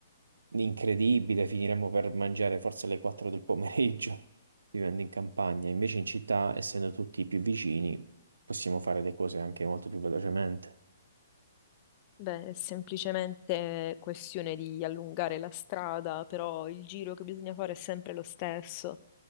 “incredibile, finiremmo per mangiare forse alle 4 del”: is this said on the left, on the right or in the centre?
Right